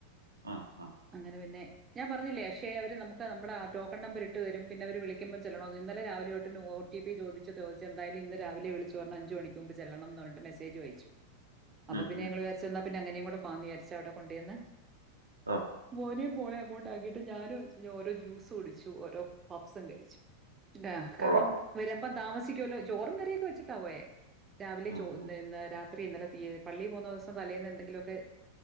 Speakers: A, on the right; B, on the right.
A: മ്മ്ഹ് മ്മ്ഹ്
B: അങ്ങനെ പിന്നെ ഞാൻ പറഞ്ഞില്ലേ അക്ഷയെ അവര് നമുക്ക് നമ്മുടെ ആ ടോക്കൺ നമ്പർ ഇട്ട് തരും പിന്നെ അവര് വിളിക്ക ക്കുമ്പോ ചെല്ലണോന്ന് ഇന്നല രാവിലൊട്ടന്നെ ഒ ടി പി ചോദിച്ച് ചോദിച്ച് എന്തായാലും ഇന്ന് രാവിലെ വിളിച്ചു പറഞ്ഞ് അഞ്ചു മണിക്ക് ക്ക് മുമ്പ് ചെല്ലണംന്ന് പറഞ്ഞട്ട് മെസ്സേജും അയച്ചു അപ്പപിന്നെ
A: ഉം, ഉം.
B: ഞങ്ങള് വിചാരിച്ച് അന്നാപ്പിന്നെ അങ്ങനേം കൂടെ പോവാന്ന് വിചാരിച്ച് അവിടകൊണ്ടോന്ന്
A: ആ
B: മോനേം മോളേം അങ്ങോട്ട് ആകി ട്ട് ഞാനും അച്ഛനും ഓരോ ജ്യൂസ് കുടിച്ചു ഓരോ പപ്സും കഴിച്ചു ആ
A: കൊള്ളാം
B: കാരണം വരുമ്പോ താമസിക്കുവല്ലോ ചോറും കറിയൊക്കെ വെച്ചിട്ടപ്പോയേ രാവിലെ
A: ഉം,
B: ചോ
A: ഉം,
B: ഇ രാത്രി ഇന്നലെ തീ പള്ളീൽ പോവുന്നോസം തലേന്ന് എന്തെങ്കിലുമൊക്കെ